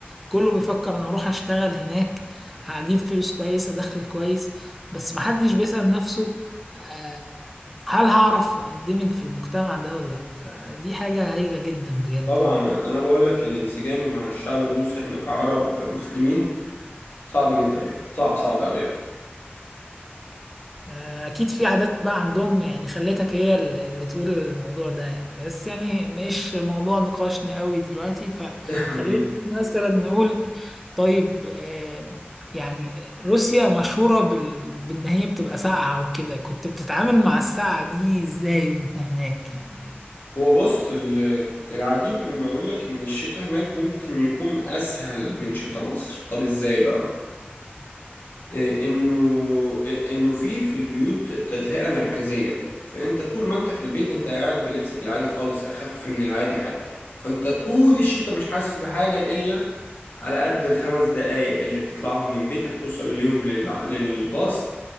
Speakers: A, in the centre; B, on the left.
A: كله بيفكر أنا هروح أشتغل هناك هجيب فلوس كويسة دخل كويس بس محدش بيسأل نفسه آه، هل هعرف أندمج في المجتمع ده ولا لأ فدي حاجة هايلة جدا بجد
B: طبعا
A: يعني.
B: انا بقول لك الانسجام مع الشعب الروسي احنا كعرب وكمسلمين صعب جدا يعني صعب صعب قوي يعني
A: آه، اكيد في عادات بقى عندهم يعني خلتك هي ال- اللي تقول الموضوع ده يعني بس يعني مش موضوع نقاشنا قوي دلوقتي فخلينا
B: <laughs>
A: مثلا نقول طيب آه، يعني روسيا مشهورة بال... بان هي بتبقى ساقعة وكده كنت بتتعامل مع الساقعة دي ازاي وانت هناك يعني
B: هو بص ال- العجيب ان اقول لك ان الشتاء هناك ممكن يكون اسهل من شتاء مصر طب ازاي بقى إيه انه إيه انه في في البيوت تدفئة مركزية فانت طول ما انت في البيت انت قاعد بلبسك العادي خالص اخف من العادي حتى فانت طول الشتاء مش حاسس بحاجة الا على قد الخمس دقايق اللي بتطلعهم من بيتك توصل ليهم للع- للباص